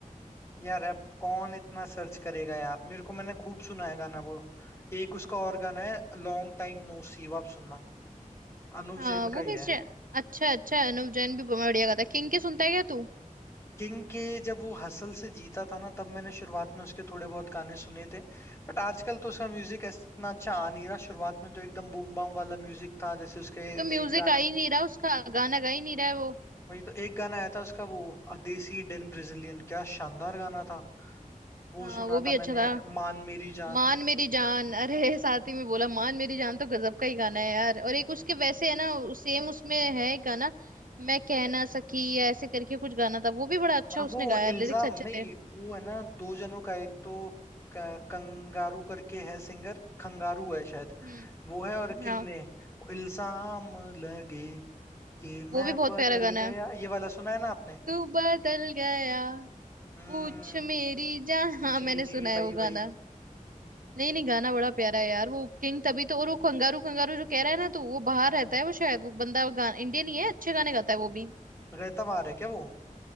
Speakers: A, on the left; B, on the right.
A: यार अब कौन इतना सर्च करेगा यार मेरे को मैंने खूब सुना है गाना वो एक उसका और गाना है लॉन्ग टाइम नो सी वो आप सुनना अनुव
B: हाँ
A: जैन
B: वो
A: का
B: भी
A: ही है
B: श्रे- अच्छा अच्छा अनुव जैन भी बढ़िया गाता है किंग के सुनता है क्या तू
A: किंग के जब वो हसल से जीता था ना तब मैंने शुरुआत में उसके थोड़े बहुत गाने सुने थे बट आजकल तो उसका म्यूजिक ऐसे इतना अच्छा आ नहीं रहा शुरुआत में तो एकदम बूम बाम वाला म्यूजिक था जैसे उसके
B: तो म्यूजिक
A: एक गाना
B: आ ही नहीं रहा उसका गाना गा ही नहीं रहा है वो
A: वही तो एक गाना आया था उसका वो अदेसी डेन ब्रेजिलियन क्या शानदार गाना था वो
B: हाँ
A: सुना
B: वो भी
A: था
B: अच्छा
A: मैंने
B: था
A: मान मेरी जान
B: मान मेरी जान अरे साथ ही में बोला मान मेरी जान तो गजब का ही गाना है यार और एक उसके वैसे है ना सेम उसमें है एक गाना मैं कह ना सकी या ऐसे करके कुछ गाना था वो भी बड़ा अच्छा
A: अब
B: उसने
A: वो
B: गाया
A: इल्जाम
B: लिरिक्स अच्छे
A: नहीं
B: थे
A: वो है ना दो जनों का एक तो क- कंगारू करके है सिंगर खंगारू है शायद
B: हम्म
A: वो है और किंग
B: हाँ
A: ने इल्जाम लगे कि
B: वो
A: मैं
B: भी बहुत
A: बदल
B: प्यारा गाना
A: गया
B: है
A: ये वाला सुना है ना आपने
B: तू बदल गया
A: हम्म
B: पूछ मेरी जान <laughs> हाँ
A: जी
B: मैंने
A: जी
B: सुना है
A: वही
B: वो गाना
A: वही
B: नहीं नहीं गाना बड़ा प्यारा है यार वो किंग तभी तो और वो कंगारू कंगारू जो कह रहा है ना तो वो बाहर
A: हम्म
B: रहता है वो शायद वो बंदा गान इंडियन ही है अच्छे गाने गाता है वो भी
A: रहता बाहर है क्या वो